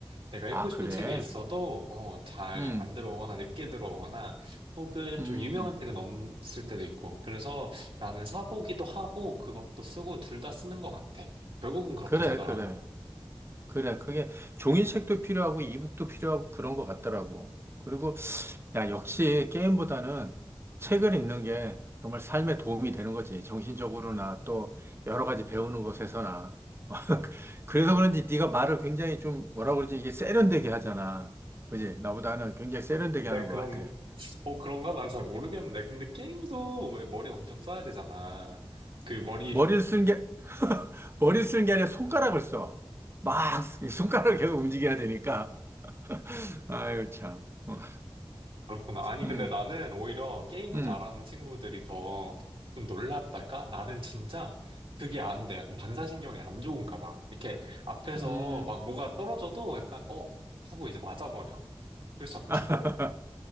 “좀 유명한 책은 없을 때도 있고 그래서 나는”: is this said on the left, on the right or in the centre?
Right